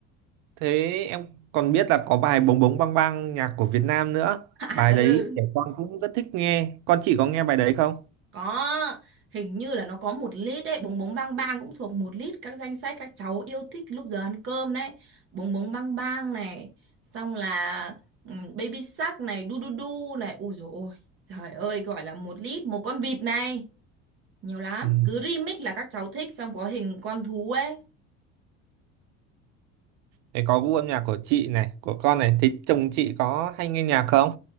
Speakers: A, on the right; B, on the right.
A: Thế em còn biết là có bài Bống Bống Bang Bang nhạc của Việt Nam nữa.
B: à,
A: Bài
B: ừ.
A: đấy trẻ con cũng rất thích nghe. Con chị có nghe bài đấy không?
B: có hình như là nó có một lít đấy bống bống bang bang cũng thuộc một lít các danh sách các cháu yêu thích lúc giờ ăn cơm đấy bống bống bang bang này xong là ừ, Baby Shark này đu đu đu này ui dồi ôi Trời ơi, gọi là một lít một con vịt này. nhiều lắm
A: Ừ.
B: cứ remix là các cháu thích xong có hình con thú ấy
A: Thế có gu âm nhạc của chị này, của con này. Thế chồng chị có hay nghe nhạc không?